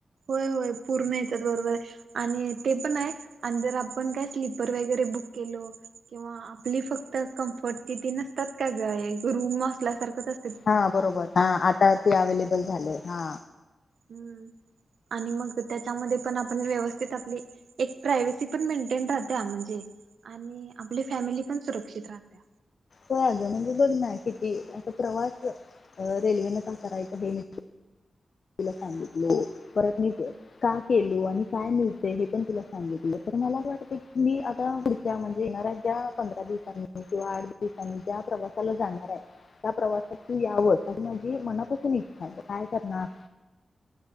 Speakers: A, on the right; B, on the left.
A: होय होय पूर्ण येतात बरोबर ये आणि ते पण आहे आणि जर आपण काय स्लीपर वगैरे बुक केलो किंवा आपली फक्त कम्फर्टची ती नसतात का ग रूम असल्यासारखं अस
B: हा बरोबर हा आता ते अवेलेबल झालेय. हा
A: हूं आणि मग त्याच्यामध्ये पण आपण व्यवस्थित आपली एक प्रायवसी पण मेंटेन राहत्या म्हणजे आणि आपली फॅमिली पण सुरक्षित राहत्या.
B: होय अग बघ ना किती असता प्रवास रेल्वेने का करायचा हे मि तुला सांगितलो परत मी का केलो आणि काय मिळत हे पण तुला सांगितलं तर मला वाटतं की मी आता पुढच्या म्हणजे येणाऱ्या ज्या पंधरा दिवसांनी किंवा आठ ठिकाणी ज्या प्रवासाला जाणार आहे त्या प्रवासात तू यावं माझी मनापासून इच्छा आहे काय करणार